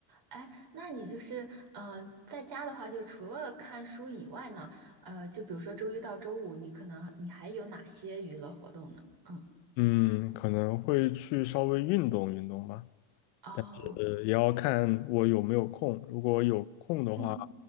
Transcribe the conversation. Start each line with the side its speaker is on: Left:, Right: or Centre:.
Right: 哎，那你就是呃，在家的话，就除了看书以外呢，呃，就比如说周一到周五，你可能你还有哪些娱乐活动呢？嗯，
Left: 嗯，可能会去稍微运动运动吧，
Right: 哦，
Left: 呃，也要看我有没有空。如果有空的话，
Right: 嗯。